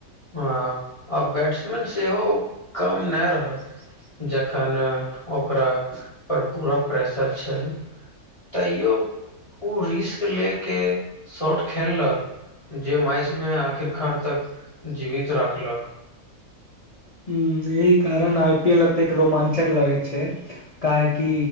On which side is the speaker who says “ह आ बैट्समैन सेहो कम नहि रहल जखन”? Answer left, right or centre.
Left